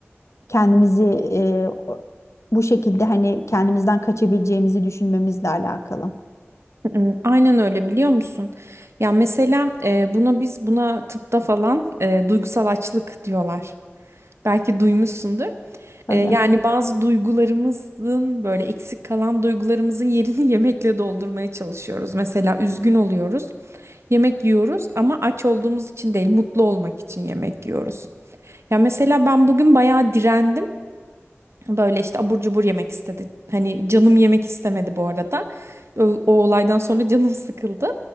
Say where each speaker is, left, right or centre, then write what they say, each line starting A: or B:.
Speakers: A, on the left; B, on the right.
A: kendimizi e, o- bu şekilde hani kendimizden kaçabileceğimizi düşünmemizle alakalı.
B: Hmm, Aynen öyle biliyor musun? Ya mesela e, buna biz buna tıpta falan e, duygusal açlık diyorlar. Belki duymuşsundur.
A: Tabii.
B: E, yani bazı duygularımızın böyle eksik kalan duygularımızın yerini <laughs> yemekle doldurmaya çalışıyoruz. Mesela üzgün oluyoruz, yemek yiyoruz ama aç olduğumuz için değil, mutlu olmak için yemek yiyoruz. Ya mesela ben bugün bayağı direndim. Böyle işte abur cubur yemek istedi. Hani canım yemek istemedi bu arada. Ö- O, olaydan sonra canım sıkıldı.